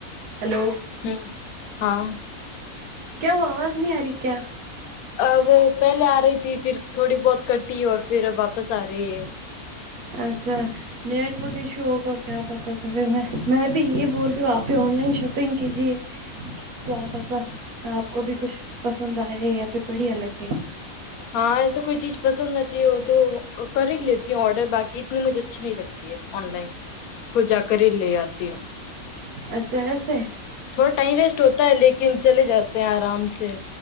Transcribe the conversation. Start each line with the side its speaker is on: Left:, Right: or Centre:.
Right: હેલો
Left: હમ હા
Right: ક્યા હુઆ અવાજ નહી આ રહી હૈં ક્યા
Left: અ વો પહેલે આ રહી થી ફર થોડી બહુત કટી ઔર ફિર વાપસ આ રહી હૈં.
Right: અચ્છા નેટવર્ક ઇશુ હોગા ક્યા પતા તો ફર મેં મેં ભી એહી બોલ રહી હું આપભી ઓનલાઇન શોપિંગ કીજીએ. ક્યા પતા આપકો ભી કુછ પસંદ આયે યા ફિર બઢિયા લગે
Left: હા એસ કોઈ ચીજ પસંદ આતી હો તો કરી લેતી હું ઓર્ડર બાકી ઇતની મુજે અચ્છી નહી લગતી હૈ. ઓનલાઈન ખુદ જાકર લે આતી હું.
Right: અચ્છા એસે
Left: થોડા ટાઈઇમ વેસ્ટ હોતા હૈં લેકિન ચલે જા હૈં આરામસે